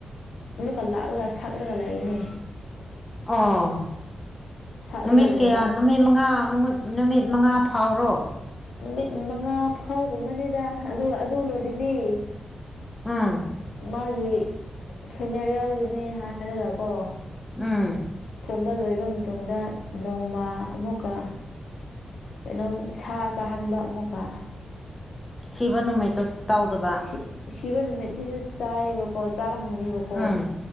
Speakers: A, on the left; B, on the left.
A: ꯑꯃꯨꯛꯀ ꯂꯥꯛꯂꯒ ꯁꯛꯂꯒ ꯂꯩꯥꯌ‌ꯦꯅꯦ
B: ꯑꯣ
A: ꯁꯛꯂꯒ
B: ꯅꯨꯃꯤꯠ
A: ꯂꯩꯕ
B: ꯀꯌꯥꯅ ꯅꯨꯃꯤꯠ ꯃꯉꯥ ꯅꯨꯃꯤꯠ ꯅꯨꯃꯤꯠ ꯃꯉꯥ ꯐꯥꯎꯔꯣ
A: ꯅꯨꯃꯤꯠ ꯃꯉꯥ ꯐꯥꯎꯒꯨꯝꯕꯅꯤꯗ ꯑꯗꯨ ꯑꯗꯨ ꯂꯣꯏꯔꯗꯤ
B: ꯎꯝ
A: ꯃꯥꯒꯤ ꯐꯤꯅꯦꯔꯦꯜꯒꯤꯅꯦ ꯍꯥꯏꯔꯒꯀꯣ
B: ꯎꯝ
A: ꯐꯨꯝꯕ ꯂꯣꯏꯕ ꯃꯇꯨꯡꯗ ꯅꯣꯡꯃ ꯑꯃꯨꯛꯀ ꯀꯩꯅꯣꯝ ꯁꯥ ꯆꯥꯍꯟꯕ ꯑꯃꯨꯛꯀ
B: ꯁꯤꯕ ꯅꯨꯃꯤꯠꯇꯨ ꯇꯧꯗꯕ
A: ꯁꯤ ꯁꯤꯕ ꯅꯨꯃꯤꯠꯗꯤꯁꯨ ꯆꯥꯏꯌꯦꯕꯀꯣ ꯆꯥꯔꯝꯒꯅꯦꯕꯀꯣ
B: ꯎꯝ